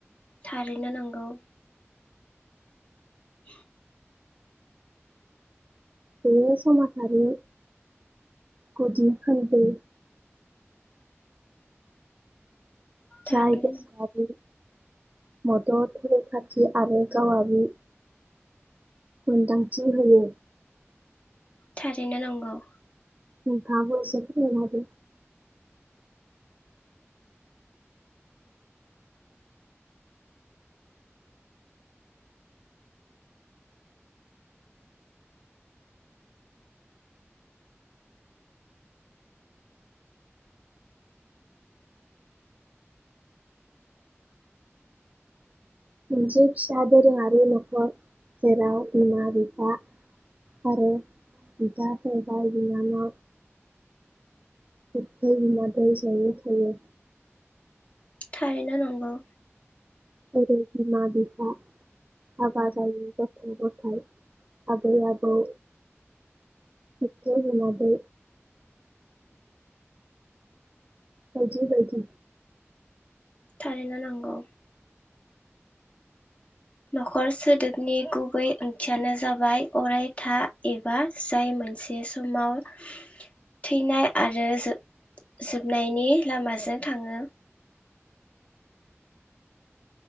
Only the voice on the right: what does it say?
बेयो समाजारि गुदि खोन्दो। जाय
बेसादारि
मदद, रैखाथि आरो गावारि मोन्दांथि होयो।
नोंथाङाबो एसे फोरमायना होदो। मोनसे फिसा दोरोङारि न'खर जेराव बिमा-बिफा आरो बिदा-फंबाय, बिनानाव बिबथै-बिमादैनि ज'यै थायो।
जे बिमा- बिफा, हाबा जायै गथ'-गथाय, आबै-आबौ, बिबथै - बिमादै बायदि बायदि।
<unintelligible>